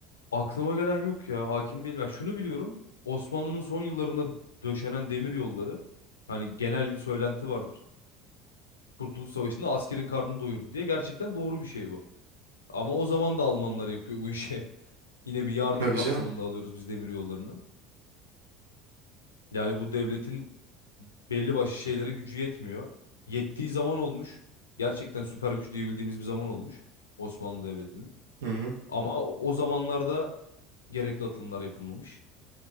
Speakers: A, on the left; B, on the right.
A: aklıma gelen yok ya. Hakim değilim. Ya şunu biliyorum. Osmanlı'nın son yıllarında döşenen demir yolları. Hani genel bir söylenti vardır. Kurtuluş Savaşı'nda askerin karnını doyurdu diye gerçekten doğru bir şey bu. Ama o zaman da Almanlar yapıyor bu işi. <laughs> Yine bir yardım
B: Tabii
A: kapsamında
B: canım.
A: alıyoruz biz demir yollarını. Yani bu devletin belli başlı şeylere gücü yetmiyor. Yettiği zaman olmuş. Gerçekten süper güç diyebildiğimiz bir zaman olmuş Osmanlı Devleti'nin.
B: Hı hı.
A: Ama o zamanlarda gerekli atılımlar yapılmamış